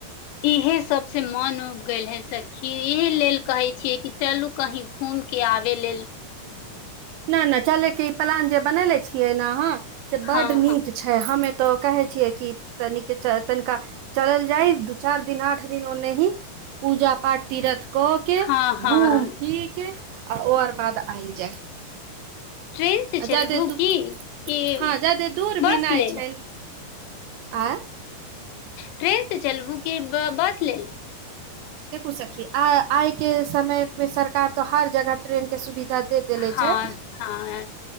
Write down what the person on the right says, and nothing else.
नहि नहि चलेके ई प्लान जे बनले छियै ने अहाँ। से बड्ड
नीक
छै हमे। तऽ कहे छियै कि तनिक तनिका चलल जाय दू चार दिन आठ दिन ओने ही पूजा पाठ तीरथ। कऽ के
घूम फिर के। आ ओ आर बाद आयल जाय।
आ
जादे दू
हँ जादे दूर
भी नहि
छै आ
देखू सखी आइ के समय मे सरकार तो हर जगह ट्रेन के सुविधा दे देले
छै